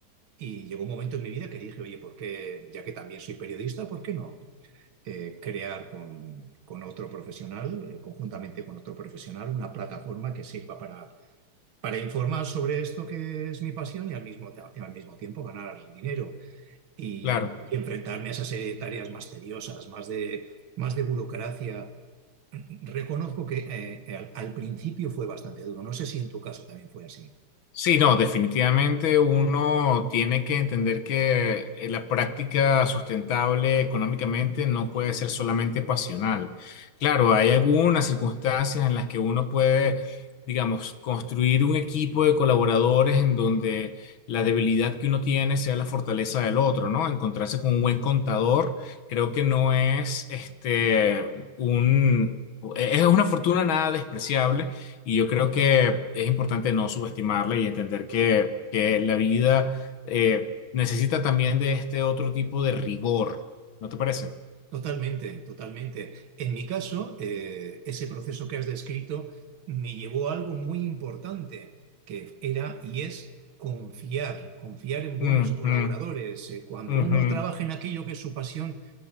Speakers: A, on the right; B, on the left.
A: Y llegó un momento en mi vida que dije, oye, ¿por qué, ya que también soy periodista, ¿por qué no eh, crear con, con otro profesional, eh, conjuntamente con otro profesional, una plataforma que sirva para, para informar sobre esto que es mi pasión y al mismo, ta- al mismo tiempo ganar dinero y,
B: Claro.
A: y enfrentarme a esa serie de tareas más tediosas, más de, más de burocracia? Reconozco que eh, al al principio fue bastante duro. No sé si en tu caso también fue así.
B: Sí, no, definitivamente uno tiene que entender que eh, la práctica sustentable económicamente no puede ser solamente pasional. Claro, hay algunas circunstancias en las que uno puede, digamos, construir un equipo de colaboradores en donde la debilidad que uno tiene sea la fortaleza del otro, ¿no? Encontrarse con un buen contador, creo que no es este un es una fortuna nada despreciable y yo creo que es importante no subestimarla y entender que, que la vida eh, necesita también de este otro tipo de rigor. ¿No te parece?
A: Totalmente, totalmente. En mi caso, eh, ese proceso que has descrito me llevó a algo muy importante, que era y es confiar, confiar en buenos
B: Ujú,
A: colaboradores. Eh, cuando
B: ujú.
A: uno trabaja en aquello que es su pasión,